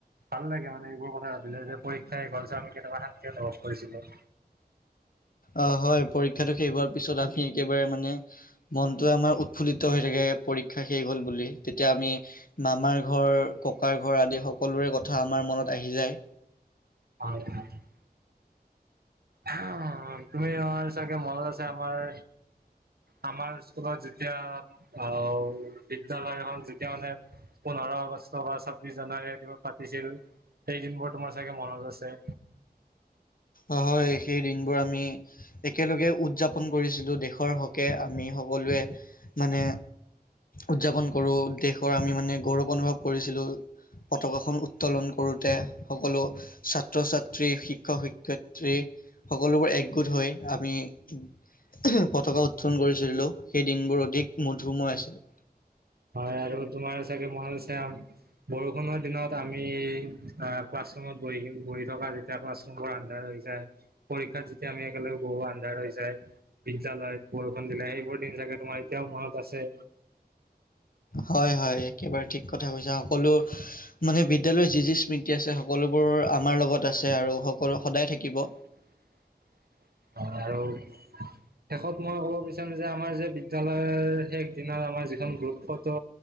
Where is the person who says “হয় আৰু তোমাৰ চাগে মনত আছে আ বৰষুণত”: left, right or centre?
Right